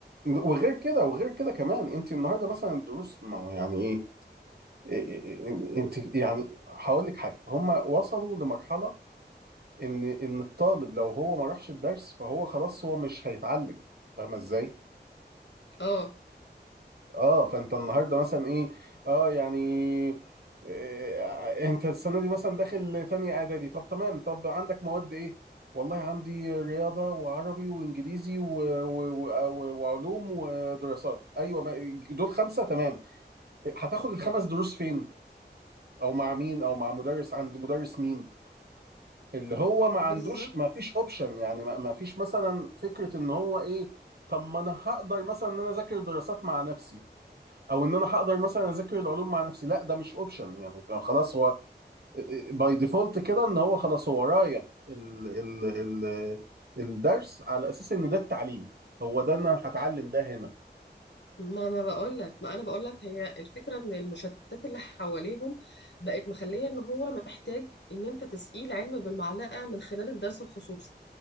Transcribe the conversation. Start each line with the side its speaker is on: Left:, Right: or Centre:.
Right: وغير كده وغير كده كمان انت النهارده مثلا الدروس ما هو يعني ايه إيه- إيه- إيه، انت يعني هقول لك حاجه هم وصلوا لمرحله ان ان الطالب لو هو ما راحش الدرس فهو خلاص هو مش هيتعلم فاهمه ازاي؟
Left: اه
Right: اه فانت النهارده مثلا ايه اه يعني إيه انت السنه دي مثلا داخل تاني اعدادي طب تمام طب عندك مواد ايه؟ والله عندي رياضة وعربي وإنجليزي و... و... و... وعلوم ودراسات أيوة ما... دول خمسة تمام هتاخد الخمس دروس فين او مع مين او مع مدرس عند مدرس مين اللي هو ما عندوش
Left: بالظبط
Right: ما فيش اوبشن يعني ما ما فيش مثلا فكرة ان هو ايه طب ما انا هقدر مثلا ان انا اذاكر دراسات مع نفسي او ان انا هقدر مثلا اذاكر العلوم مع نفسي لا ده مش اوبشن يعني خلاص هو باي ديفولت كده ان هو خلاص هو رايح ال ال ال الدرس على اساس ان ده التعليم هو ده انا هتعلم ده هنا
Left: ما انا بقول لك ما انا بقول لك هي الفكره ان المشتتات اللي حواليهم بقت مخليه ان هو محتاج ان انت تسقيه العلم بالمعلقه من خلال الدرس الخصوصي